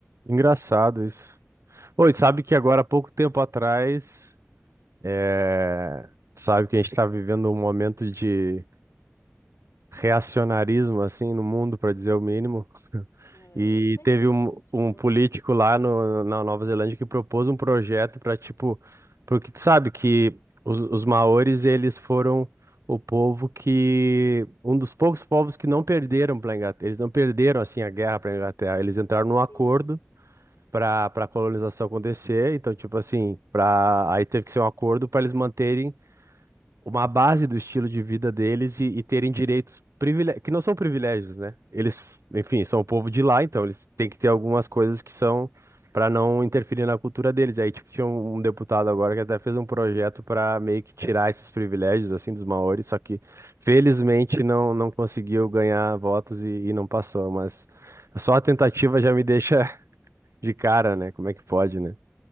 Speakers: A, on the right; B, on the left.
A: Engraçado isso. Oi, sabe
B: Pois
A: que
B: é.
A: agora, há pouco tempo atrás, é, sabe que a gente está vivendo um momento de reacionarismo assim no mundo, para dizer o mínimo. <laughs>
B: É,
A: E
B: infelizmente,
A: teve um, um
B: poxa.
A: político lá no, na Nova Zelândia que propôs um projeto para tipo, porque tu sabe que os, os maores eles foram o povo que um dos poucos povos que não perderam para Inglaterra, eles não perderam assim a guerra para Inglaterra, eles entraram
B: Sim.
A: num acordo para para colonização acontecer, então tipo assim, para aí teve que ser um acordo para eles manterem uma base do estilo de vida deles e, e terem direitos privile- que não são privilégios, né? Eles, enfim, são o povo de lá, então eles têm que ter algumas coisas que são para não interferir na cultura deles. Aí, tipo, tinha um, um deputado agora que até fez um projeto para meio que tirar esses privilégios assim dos maoris, só que felizmente não não conseguiu ganhar votos e, e não passou, mas só a tentativa já me deixa <laughs> de cara, né? Como é que pode, né?